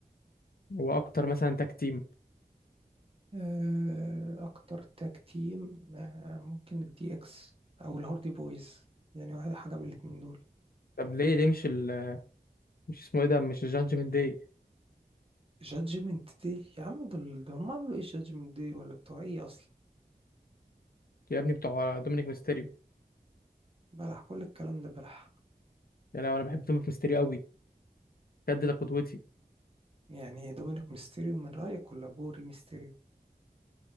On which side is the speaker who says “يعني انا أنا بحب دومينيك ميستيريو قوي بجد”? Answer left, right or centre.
Left